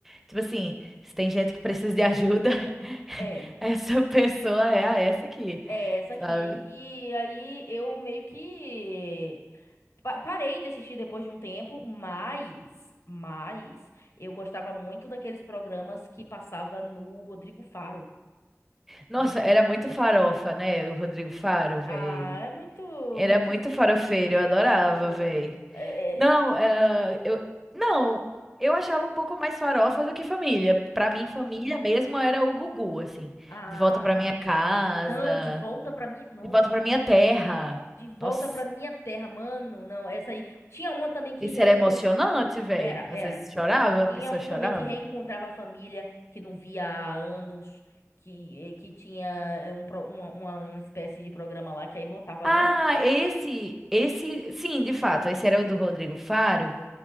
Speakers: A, in the centre; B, on the left.
A: tipo assim, se tem gente que precisa de ajuda, <laughs>
B: É,
A: essa pessoa é a essa aqui,
B: é essa aqui.
A: sabe?
B: E aí eu meio que Pa- Parei de assistir depois de um tempo, mas, mas eu gostava muito daqueles programas que passava no Rodrigo Faro.
A: Nossa,
B: Hum.
A: era muito farofa, né? O Rodrigo Faro, velho.
B: Ah, é muito,
A: Era
B: muito
A: muito farofeiro,
B: família,
A: eu adorava,
B: muito.
A: véi.
B: é,
A: Não,
B: é,
A: eh, eu não, eu achava um pouco mais farofa do que família. Pra mim, família mesmo era o Gugu, assim,
B: ah,
A: de volta pra minha casa,
B: não, de volta pra minha. Nossa,
A: de volta pra minha terra.
B: de volta
A: Nossa,
B: pra minha terra, mano. Não, essa aí. Tinha uma também que
A: esse
B: reencontrou.
A: era emocionante, véi.
B: Era,
A: Às
B: era.
A: vezes chorava, a
B: Tinha
A: pessoa
B: um
A: chorava.
B: também que reencontrava a família, que não via há anos, que, eh, que tinha eh, um, pro- uma, uma, uma espécie de programa lá que aí botava,
A: Ah,
B: né?
A: esse, esse, sim, de fato, esse era o do Rodrigo Faro,